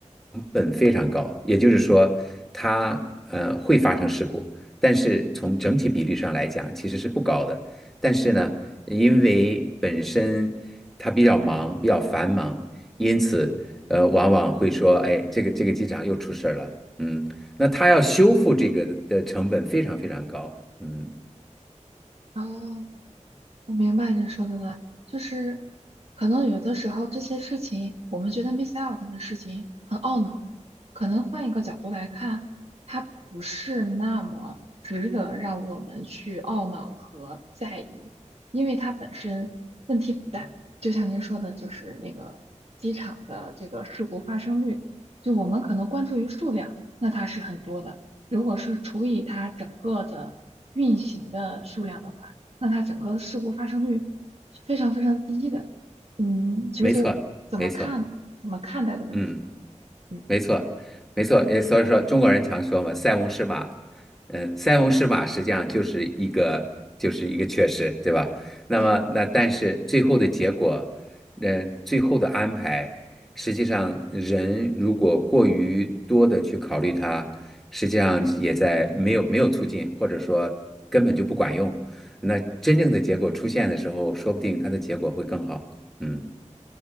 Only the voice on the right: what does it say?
啊，我明白您说的了，就是可能有的时候这些事情，我们觉得 miss out 的事情很懊恼，可能换一个角度来看，它不是那么值得让我们去懊恼和在意，因为它本身问题不大。就像您说的，就是那个机场的这个事故发生率，就我们可能关注于数量，那它是很多的，如果是除以它整个的运行的数量的话。那它整个事故发生率是非常非常低的。嗯，其实就是怎么看嘛，
怎么看待的问题吧
嗯，
对。